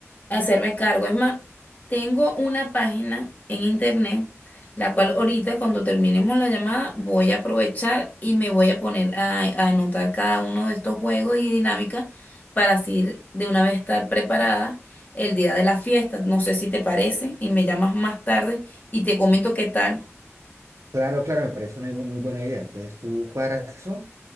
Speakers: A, on the left; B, on the right.
A: hacerme cargo. Es más, tengo una página en internet, la cual ahorita cuando terminemos la llamada voy a aprovechar y me voy a poner a, a anotar cada uno de estos juegos y dinámicas para así ir de una vez estar preparada el día de la fiesta. No sé si te parece y me llamas más tarde y te comento qué tal.
B: Claro, claro, me parece una bu- muy buena idea. Entonces tú cuadras eso.